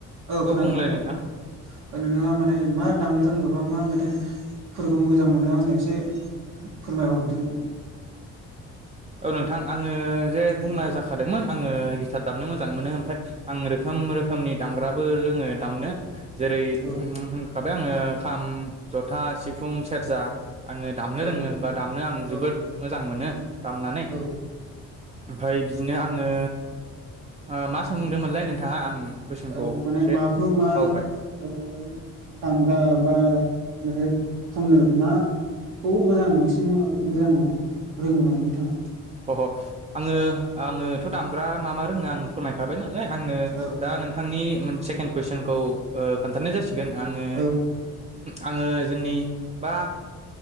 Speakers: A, on the right; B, on the right.
A: औ खोनादों
B: बुंलाय
A: खोनादों
B: नोंथां
A: ओ नोंथाङा माने मा दामनो रोङोबा मा मे थाय फोरखौ मोजां मोनो आंनो एसे फोरमायहरदो
B: औ नोंथां आङो जे बुंनाय
A: ए
B: जाखादोंमोन आङो गिटार दामनो मोजां मोनो ओमफाय आं रोखोम रोखोमनि दामग्राबो रोङो दामनो जेरै-
A: औ
B: ओम होनखाबाय आङो खाम जथा सिफुं सेरजा आङो दामनो
A: औ
B: रोङो बा दामनो आं जोबोद
A: औ
B: मोजां मोनो दामनानै
A: औ
B: ओमफाय बिदिनो आङो ओ मा सोंदोंमोनलाय नोंथाङा आं कुइसनखौ
A: ओ माने
B: एसे
A: माखौ मा
B: बावबाय
A: ओ दामग्रा बा मेथाइ खननो मा खौ मोजां बांसिन मोजां दङ रोङो माने बिथाङा
B: अ आङो आङो थ' दामग्रा मा मा रोङो आं फोरमायखाबाय नालाय आङो
A: औ
B: दा नोंथांनि मोन सेकेण्ड कुइसनखौ ओ खोन्थानाय जासिगोन आङो
A: औ
B: आङो जोंनि बा